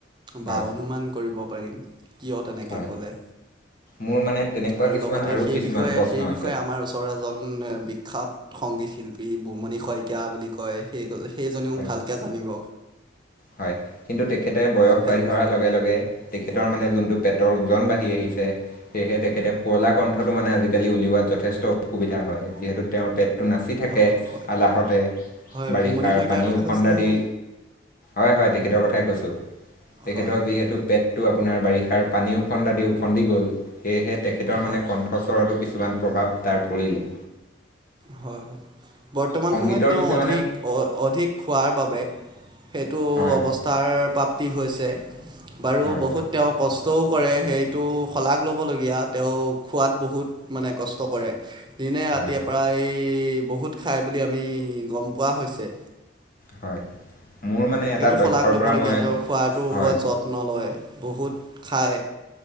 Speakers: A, on the left; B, on the right.
A: হয়
B: বা অনুমান কৰিব পাৰিম। কিয় তেনেকে
A: হয়
B: ক'লে
A: মোৰ মানে তেনেকুৱা
B: আৰু
A: কিছুমান
B: লগত। তে সেই
A: কিছুমান
B: বিষয়ে
A: প্ৰশ্ন
B: সেই
A: আছে
B: বিষয়ে আমাৰ ওচৰ এজন এজন বিষ খ্যাত সংগী শিল্পী বুমণি শইকীয়া বুলি কয় সেইগ সে সেইজনেও
A: হয়
B: ভালকে জানিব।
A: হয় কিন্তু তেখেতে বয়স
B: ঠাইৰ
A: বাঢ়ি অহাৰ
B: বিষয়ে
A: লগে লগে। তেখেতৰ মানে যোনটো পেটৰ ওজন বাঢ়ি আহিছে সেয়েহে তেখেতে শুৱলা কণ্ঠটো মানে আজিকালি উলিওৱা। বা যথেষ্ট অসুবিধা হয় যিহেতু তেওঁৰ পেট। টো নাচি থাকে
B: অঁ হয়
A: আলাহতে
B: হয়
A: বাৰিষাৰ
B: বুমণি শইকীয়াৰ
A: পানী
B: কথা
A: উফন্দা
B: কৈছেনে
A: দি।
B: আপুনি
A: হয় হ‌য় তেখেতৰ কথাই কৈছো। তেখেতৰ
B: হয় হয়
A: যিহেতু পেটতো আপ আপোনাৰ বাৰিষাৰ পানী ওফন্দা দি ওফন্দি গ'ল সেয়েহে তেখেতৰ
B: হয়
A: মানে কণ্ঠস্বৰটো। কিছুমান প্ৰভাৱ তাৰ পৰিলে।
B: হয় হয় বৰ্তমান
A: সংগীতৰ
B: সময়ত তেওঁ
A: বিষয়ে
B: অধিক
A: মানে
B: অ অধিক খোৱাৰ বাবে। সেইটো
A: হয়
B: অৱস্থাৰ
A: হয়
B: প্ৰাপ্তি হৈছে বাৰু
A: হয়
B: বহুত
A: হয়
B: তেওঁ কষ্ কষ্টও কৰে সেইটো সলাগ ল'বলগীয়া তেওঁ খোৱাত বহুত মানে কষ্ট কৰে। দিনে ৰাতিয়ে
A: হয় হয়
B: প্ৰায় এই বহুত খায় বুলি আমি গম পোৱা হৈছে।
A: হয়। মোৰ মানে এটা
B: সেইটো
A: তথ্যৰ
B: সলাগ ল'বলগীয়া
A: পৰা মই
B: তেওঁ খোৱাটোৰ ওপৰত
A: হয়
B: যত্ন লয় বহুত খায়।